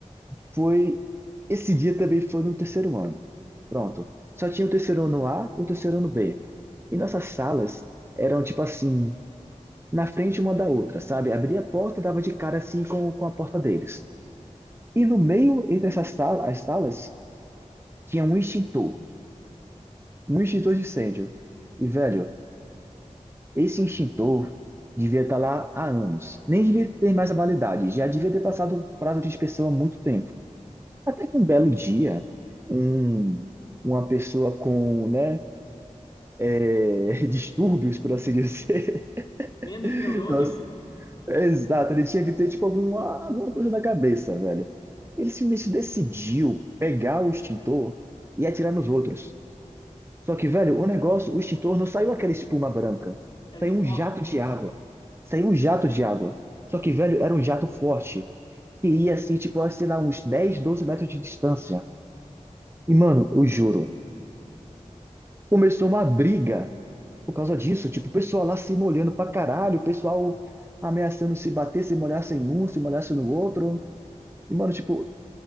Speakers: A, on the right; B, on the left.
A: foi, esse dia também foi no terceiro ano, pronto. Só tinha o terceiro ano A e o terceiro ano B. E nossas salas eram, tipo assim, na frente uma da outra, sabe? Abria a porta, dava de cara assim com, com a porta deles. E no meio entre essas salas, as salas, tinha um extintor, um extintor de incêndio. E, velho, Esse extintor devia estar lá há anos. Nem devia ter mais a validade, já devia ter passado o prazo de inspeção há muito tempo. Até que um belo dia, um, uma pessoa com, né, é, <laughs> distúrbios, por assim dizer. <laughs>
B: Menos neurônios.
A: Nossa, é exato, ele tinha que ter, tipo, alguma, alguma coisa na cabeça, velho. Ele simplesmente decidiu pegar o extintor e atirar nos outros. Só que, velho, o negócio, o extintor não saiu aquela espuma branca.
B: Era
A: Saiu
B: de pó.
A: um jato de água. Saiu um jato de água. Só que, velho, era um jato forte. Que ia assim, tipo, sei lá, uns 10, 12 metros de distância. E, mano, eu juro, começou uma briga por causa disso. Tipo, o pessoal lá se molhando pra caralho, o pessoal ameaçando se bater, se molhasse em um, se molhasse no outro. E, mano, tipo,